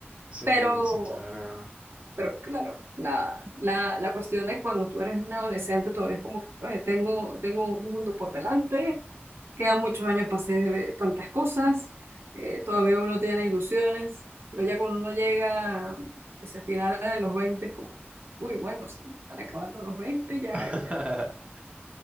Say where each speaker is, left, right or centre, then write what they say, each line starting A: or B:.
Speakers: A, on the right; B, on the right.
A: Sí,
B: pero
A: sí, claro.
B: pero claro, la, la, la cuestión es cuando tú eres un adolescente, todavía es como que "Oye, tengo, tengo un mundo por delante, quedan muchos años para hacer tantas cosas, eh, todavía uno tiene ilusiones, pero ya cuando uno llega hacia el final de los veinte es como, uy, bueno, se me están acabando los 20 ya,
A: <laughs>
B: ya.